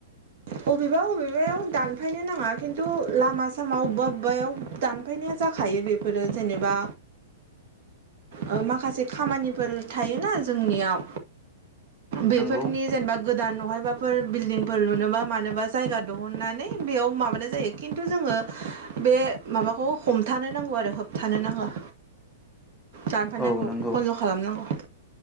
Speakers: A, on the right; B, in the centre.
A: बबेबा बबेबायाव दानफायनो नाङा खिन्थु लामा सामा अबबा अबबायाव दानफाय नाया जाखायो बेफोरो जेनेबा
B: <inaudible>
A: ओ माखासे खामानिफोर थायोना जोंनियाव बेफोरनि
B: नंगौ
A: जेनेबा गोदान नहायबाफोर बिल्डदिंफोर लुनोबा मानोबा जायगा दहुननानै बेयाव माबानाय जायो खिन्थु जों ङो बे माबाखौ हमथानो नांगौ आरो होबथानो नांङा।
B: <inaudible>
A: दानफनायखौ
B: औ नंगौ
A: बन्द' खालामनांगौ।